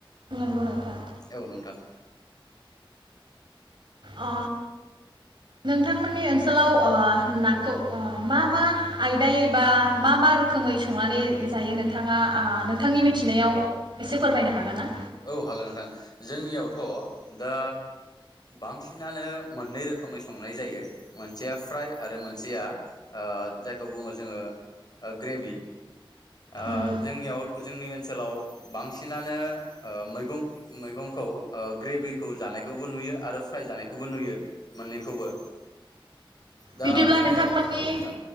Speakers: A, on the right; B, on the left.
A: नंगौ नोंथां।
B: औ नोंथां
A: अ। नोंथांमोननि ओनसोलाव नाखौ मा-मा आयदायै बा मा-मा रोखोमै संनानै जायो नोंथाङा आ नोंथांनि मिथिनायाव एसे फोरमायनो हागोन ना?
B: औ हागोन नोंथां जोंनियावथ' दा बांसिनानो मोननै रोखोमै संनाय जायो मोनसेया फ्राय आरो मोनसेया जायखौ बुङो जोङो ग्रेभि। ओ
A: नंगौ
B: जोंनियाव जोंनि ओनसोलाव बांसिनानो मैगं-मैगंखौ ग्रेभिखौ जानायखौबो नुयो आरो फ्राय जानायखौबो नुयो मोननैखौबो। दा
A: बिदिब्ला
B: जोंनियाव
A: नोंथांमोननि
B: औ नोंथां